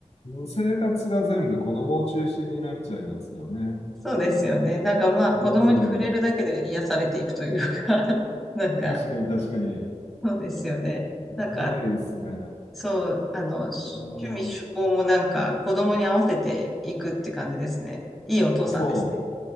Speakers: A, on the left; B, in the centre.
A: 生活が全部子供を中心になっちゃいますよね。
B: そうですよね。なんかまあ子供に触れるだけで癒されていくというか
A: うん。
B: <laughs> なんか
A: 確かに確かに。
B: そうですよね。なんか
A: 可愛いですね。
B: そう、あの、趣味趣向もなんか子供に合わせていくって感じですね。
A: うん。
B: いいお父さんですね。
A: そう。